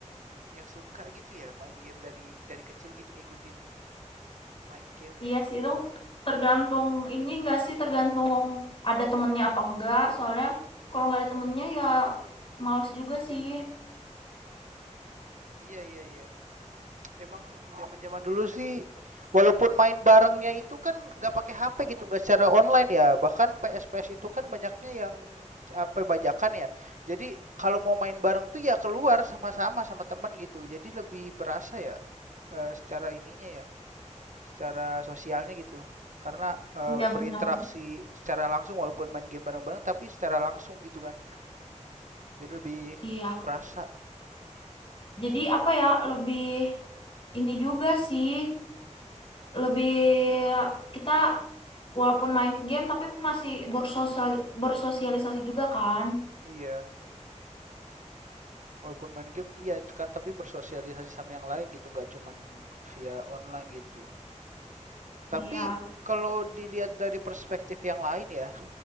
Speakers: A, on the right; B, on the left.
A: yang suka gitu ya main game dari dari kecil gitu ngikutin main game
B: Iya
A: ya?
B: sih itu tergantung ini nggak sih tergantung ada temennya apa enggak. Soalnya kalau nggak ada temennya ya males juga sih.
A: Iya iya iya. emang zaman zaman dulu sih walaupun main barengnya itu kan nggak pakai HP gitu nggak secara online ya bahkan PS PS itu kan banyaknya yang apa bajakan ya jadi kalau mau main bareng tuh ya keluar sama-sama sama temen gitu jadi lebih berasa ya eh, secara ininya ya secara sosialnya gitu karena eh,
B: Iya
A: berinteraksi
B: benar.
A: secara langsung walaupun main game bareng-bareng tapi secara langsung gitu kan jadi lebih
B: Iya.
A: kerasa
B: Jadi apa ya lebih ini juga sih lebih kita walaupun main game tapi masih bersosial bersosialisasi juga kan.
A: iya Walaupun main game, ya kan tapi bersosialisasi sama yang lain gitu, nggak cuman via online gitu. Tapi
B: Iya,
A: kalau dilihat dari perspektif yang lain ya,